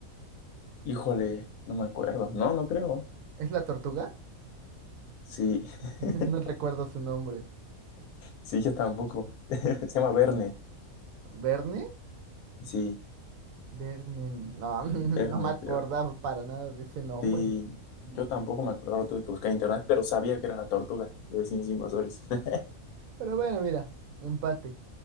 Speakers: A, on the left (about 80°); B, on the right (about 70°).
A: Híjole, no me acuerdo. No, no creo.
B: ¿Es la tortuga?
A: Sí.
B: <laughs>
A: <laughs>
B: No recuerdo su nombre.
A: Sí, yo tampoco. <laughs> Se llama Verne.
B: ¿Verne?
A: Sí,
B: Verne, no, <laughs> no
A: Verne,
B: me acordaba
A: pero
B: para nada de ese nombre.
A: sí. Yo tampoco me acordaba, lo tuve que buscar en internet, pero sabía que era la tortuga de vecinos invasores. <laughs>
B: Pero bueno, mira, empate.